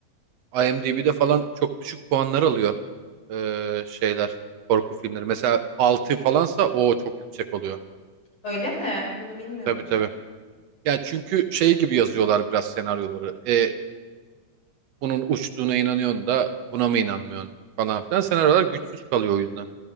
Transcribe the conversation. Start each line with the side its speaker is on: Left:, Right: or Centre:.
Right: e, IMDb'de falan çok düşük puanlar alıyor e, şeyler korku filmleri. Mesela 6 falansa o çok yüksek oluyor.
Left: Öyle mi? Bunu bilmiyordum
Right: Tabii tabii.
Left: bak.
Right: Yani çünkü şey gibi yazıyorlar biraz senaryoları. E, bunun uçtuğuna inanıyorsun da buna mı inanmıyorsun falan filan. Senaryolar güçsüz kalıyor o yüzden.